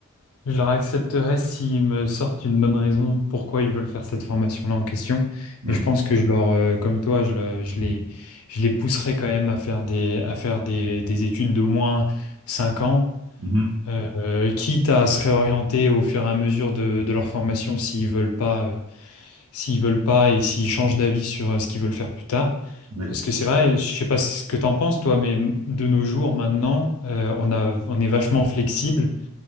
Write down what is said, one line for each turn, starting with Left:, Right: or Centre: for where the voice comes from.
Left: Je leur accepterai s'ils me sortent une bonne raison pourquoi ils veulent faire cette formation-là en question.
Right: Ouais.
Left: Mais je pense que je leur, euh, comme toi, je, le- je les, je les pousserai quand même à faire des, à faire des, des études d'au moins 5 ans,
Right: Mhm.
Left: euh, quitte à se réorienter au fur et à mesure de, de leur formation s'ils veulent pas, euh, s'ils veulent pas et s'ils changent d'avis sur euh, ce qu'ils veulent faire plus tard.
Right: Ouais.
Left: Parce que c'est vrai, je sais pas ce que t'en penses, toi, mais de nos jours maintenant, euh, on a, on est vachement flexible